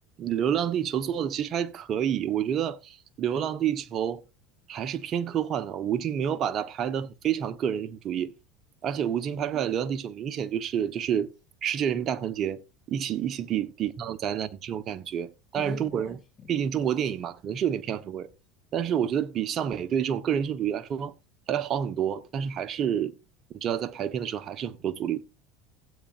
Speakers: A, on the right; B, on the left.
A: 《流浪地球》做的其实还可以，我觉得《流浪地球》还是偏科幻的，吴京没有把它拍得很非常个人英雄主义，而且吴京拍出来的《流浪地球》明显就是就是世界人民大团结，一起一起抵抵抗灾难这种感觉。当然，
B: 我觉得没问题。
A: 中国人毕竟中国电影嘛，可能是有点偏向中国人，但是我觉得比像美队这种个人英雄主义来说还要好很多，但是还是你知道在排片的时候还是有很多阻力。